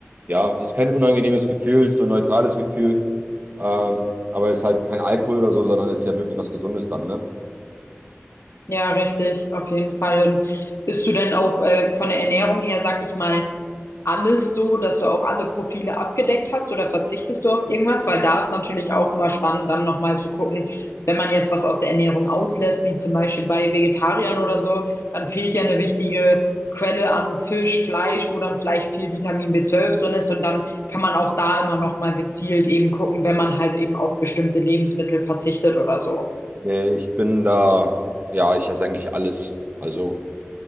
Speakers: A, on the right (about 40°); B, on the left (about 75°).
A: ja, ist kein unangenehmes Gefühl, so ein neutrales Gefühl. Ähm, aber ist halt kein Alkohol oder so, sondern ist ja wirklich was Gesundes dann, ne?
B: Ja, richtig, auf jeden Fall. Und isst du denn auch äh, von der Ernährung her, sag ich mal, alles so, dass du auch alle Profile abgedeckt hast oder verzichtest du auf irgendwas? Weil da ist natürlich auch immer spannend, dann nochmal zu gucken, wenn man jetzt was aus der Ernährung auslässt, wie zum Beispiel bei Vegetariern oder so, dann fehlt ja eine wichtige Quelle an Fisch, Fleisch, wo dann vielleicht viel Vitamin B12 drin ist und dann kann man auch da immer nochmal gezielt eben gucken, wenn man halt eben auf bestimmte Lebensmittel verzichtet oder so.
A: Nee, ich bin da, ja, ich esse eigentlich alles. Also